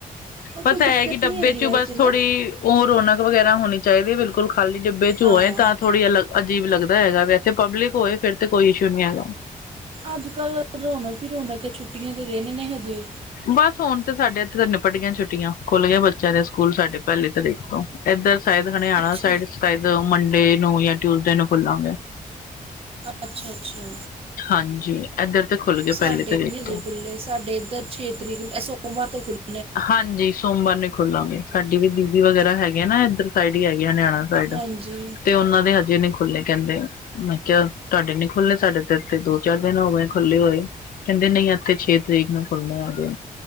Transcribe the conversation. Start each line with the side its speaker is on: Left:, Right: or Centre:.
Right: ਅਹ ਕੋਈ
Left: ਬਸ
Right: ਦਿੱਕਤ
Left: ਇਹ ਕਿ
Right: ਨਹੀਂ
Left: ਡੱਬੇ
Right: ਹੈਗੀ
Left: 'ਚ
Right: ਵੈਸੇ
Left: ਬਸ
Right: ਨਾ
Left: ਥੋੜ੍ਹੀ ਉਹ ਰੌਣਕ ਵਗੈਰਾ ਹੋਣੀ ਚਾਹੀਦੀ ਹੈ ਬਿਲਕੁਲ ਖਾਲੀ ਡਿੱੱਬੇ 'ਚ ਹੋਏ
Right: ਹਾਂ
Left: ਤਾਂ ਥੋੜ੍ਹੀ ਅਲੱਗ ਅਜੀਬ ਲੱਗਦਾ ਹੈਗਾ, ਵੈਸੇ ਪਬਲਿਕ ਹੋਏ ਫਿਰ ਤੇ ਕੋਈ ਇਸ਼ੂ ਨਹੀਂ ਹੈਗਾ
Right: ਅੱਜ ਕੱਲ ਰੌਣਕ ਹੀ ਰੌਣਕ, ਛੁੱਟੀਆਂ ਦੇ ਦਿਨ ਨੇ ਹਜੇ
Left: ਬਸ ਹੁਣ ਤੇ ਸਾਡੇ ਇੱਥੇ ਤਾਂ ਨਿਪਟ ਗਿਆ ਆਂ ਛੁੱਟੀਆਂ, ਖੁੱਲਗੇ ਆਂ ਬੱਚਿਆਂ ਦੇ ਸਕੂਲ, ਸਾਡੇ ਪਹਿਲੀ ਤਰੀਕ ਤੋਂ ਇੱਧਰ ਸ਼ਾਇਦ ਹਰਿਆਣਾ
Right: ਅੱਛਾ
Left: ਸਾਇ
Right: ਜੀ
Left: ਸ਼ਾਇਦ ਮੰਡੇ ਨੂੰ ਜਾਂ ਟਿਊਸਡੇ ਨੂੰ ਖੁੱਲਾਂਗੇ
Right: ਅੱਛਾ- ਅੱਛਾ
Left: ਹਾਂਜੀ ਇੱਧਰ ਤੇ ਖੁੱਲ ਗਏ
Right: ਸਾਡੇ
Left: ਪਹਿਲੀ ਤਰੀਕ
Right: ਹਜੇ
Left: ਤੋਂ
Right: ਖੁੱਲ੍ਹੇ, ਸਾਡੇ ਇੱਧਰ ਛੇ ਤਰੀਕ ਸੋਮਵਾਰ ਤੋਂ ਖੁੱਲੇ
Left: ਹਾਂਜੀ ਸੋਮਵਾਰ ਨੇ ਖੋਲਾਂਗੇ, ਸਾਡੀ ਵੀ ਦੀਬੀ ਵਗੈਰਾ ਹੈਗੀ ਹੈਗੀਆ ਨਾ ਇੱਧਰ ਸਾਈਡ ਹੀ ਹੈਗੇ ਹਰਿਆਣਾ ਸਾਈਡ,
Right: ਹਾਂਜੀ
Left: ਤੇ ਉਹਨਾਂ ਦੇ ਹਜੇ ਨੀ ਨਹੀਂ ਖੁੱਲੇ ਕਹਿੰਦੇ, ਮੈਂ ਕਿਹਾ ਤੁਹਾਡੇ ਨੀ ਖੁੱਲੇ ਸਾਡੇ ਦੋ ਚਾਰ ਦਿਨ ਹੋ ਗਏ ਖੁੱਲ੍ਹੇ ਹੋਏ, ਕਹਿੰਦੇ ਨਹੀਂ ਇੱਥੇ ਛੇ ਤਰੀਕ ਨੂੰ ਖੁੱਲੇ ਆਗੇ